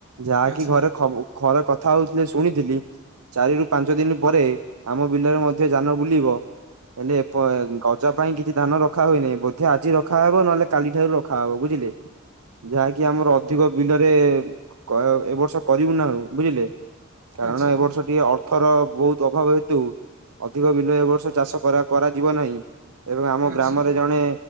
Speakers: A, on the right; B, on the right.
A: ଯାହାକି
B: ଆଚ୍ଛା
A: ଘରେ ଖବ ଖରେ କଥା ହଉଥିଲେ ଶୁଣିଥିଲି ଚାରି ରୁ ପାଞ୍ଚ ଦିନ ପରେ ଆମ ବିଲରେ ମଧ୍ୟ ଯାନ ବୁଲିବ। ହେଲେ ଏପ ଗଜ ପାଇଁ କିଛି ଧାନ ରଖା ହୋଇନାହିଁ ବୋଧେ ଆଜି ରଖାହବ ନହେଲେ କାଲି ଠାରୁ ର ଖା ହବ ବୁଝିଲେ। ଯାହାକି ଆମର ଅଧିକ ବିଲରେ କ ଏ ବର୍ଷ କରିବୁ ନାହୁଁ ବୁଝିଲେ। କାରଣ
B: ଆଚ୍ଛା
A: ଏ ବର୍ଷ ଟିକେ ଅର୍ଥର ବହୁତ ଅଭାବ ହେତୁ ଅଧିକ ବିଲ ଏ ବର୍ଷ ଚାଷ କରା କରାଯିବ ନାହିଁ। ଏବଂ ଆମ
B: ଆଚ୍ଛା
A: ଗ୍ରାମରେ ଜଣେ